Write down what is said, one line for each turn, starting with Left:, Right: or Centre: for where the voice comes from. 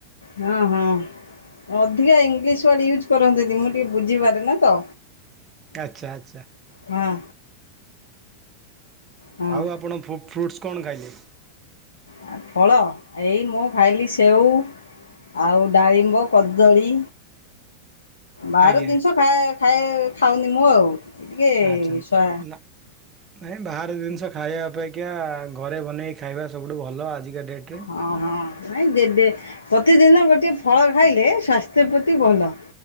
Left: ହଁ ହଁ। ଅଧିକା ଇଂଲିଶ ୱାର୍ଡ ୟୁଜ୍ କରନ୍ତୁନି ମୁଁ ଟିକେ ବୁଝିପାରୁନି ତ।
Right: ଆଚ୍ଛା ଆଚ୍ଛା।
Left: ହଁ। ହଁ।
Right: ଆଉ ଆପଣ ଫୁ ଫ୍ରୁଟ୍ସ୍ କଣ ଖାଇଲେ?
Left: ଆ ଫଳ ଏଇ ମୁଁ ଖାଇଲି ସେଉ। ଆଉ ଡାଳିମ୍ବ, କଦଳୀ। ବାହାର
Right: ଆଜ୍ଞା
Left: ଜିନିଷ ଖାଏ ଖାଏ ଖାଉନି ମୁଁ ଆଉ। ଟିକେ
Right: ଆଚ୍ଛା
Left: ସ୍ୱା
Right: ନା ନାଇଁ ବାହାର ଜିନିଷ ଖାଇବା ଅପେ ଖା ଘରେ ବନେଇ ଖାଇବା ସବୁଠୁ ଭଲ ଆଜିକା ଡେଟରେ।
Left: ହଁ ହଁ। ନାଇ ଡେ ଡେ ପ୍ରତିଦିନ ଗୋଟେ ଫଳ ଖାଇଲେ ସ୍ୱାସ୍ଥ୍ୟ ପ୍ରତି ଭଲ।